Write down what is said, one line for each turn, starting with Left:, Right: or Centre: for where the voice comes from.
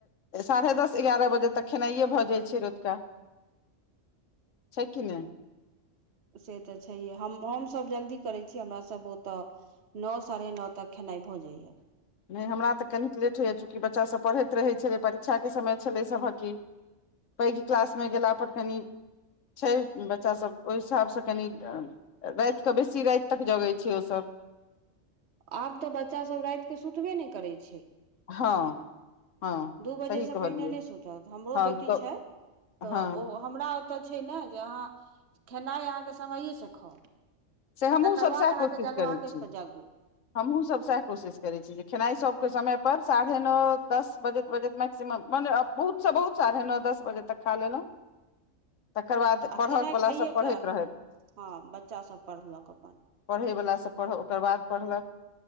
Left: ए साढ़े दस एगारह बजे तक खेनाइए भऽ जाइत छै रोतका छै कि नै
Right: से तऽ छैहे हम हमसभ जल्दी करै छी हमरासभ ओतऽ नो साढ़े नो तक खेनाइ भऽ जाइ यऽ
Left: नय हमरा तऽ कनिक लेट होइ यऽ चूँकि बच्चा सभ पढ़ैत रहै छलै परीक्षा केँ समय छलै सभहक की पैघ क्लास मे गेला पर कनि छै बच्चासभ ओहि हिसाबसँ कनि राइत कऽ बेसी राइत तक जगै छै ओसभ
Right: आब तऽ बच्चासभ राइत केँ सुतबे नय करै छै
Left: हँ हँ
Right: दू बजेसँ
Left: सही कहलियै
Right: पहिने नय सुतत हमरो
Left: हँ
Right: बेटी
Left: तऽ
Right: छै
Left: हँ
Right: तऽ ओ हमरा ओतऽ छै नऽ जे अहाँ खेनाइ अहाँकेँ समये सँ खाउ
Left: से हमहूँ
Right: तकर
Left: सब सएह
Right: बाद
Left: कोशिश
Right: अहाँकेँ जगबाक
Left: करै छी
Right: अछि तऽ जगू
Left: हमहूँ सभ सैह कोशिश करै छी जे खेनाइ सभ कऽ समय पर साढ़े नौ दस बजैत - बजैत मैक्सिमम मने बहुत सँ बहुत साढ़े नो दस बजे तक खा लेलहुँ तकर बाद
Right: आ
Left: पढ़क
Right: खेनाइ
Left: बला
Right: खाइएके
Left: सब पढ़ैत रहै
Right: हँ बच्चा सब पढ़लक अपन
Left: पढ़य वला सभ पढ़ै ओकर बाद पढ़लक